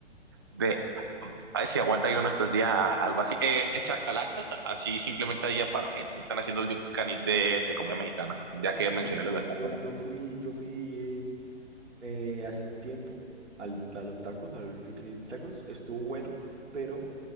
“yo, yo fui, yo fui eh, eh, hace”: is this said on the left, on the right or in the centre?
Right